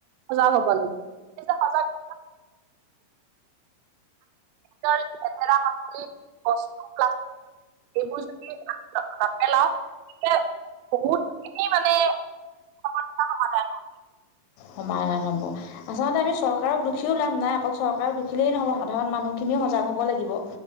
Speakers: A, on the right (about 85°); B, on the left (about 75°).
A: সজাগ হব লাগেব। সেই যে সজাগ - তৰ লেতেৰা বাকলি বস্তু প্লা এইবোৰ যদি নেপেলাও তেতিয়া - বহুতখিনি মানে সমস্যা সমাধান হব।
B: সমাধান হ'ব। আচলতে আমি চৰকাৰক দুখিও লাভ নাই অকল চৰকাৰক দুখিলেই নহ'ব সাধাৰণ মানুহখিনিও সজাগ হ'ব লাগিব।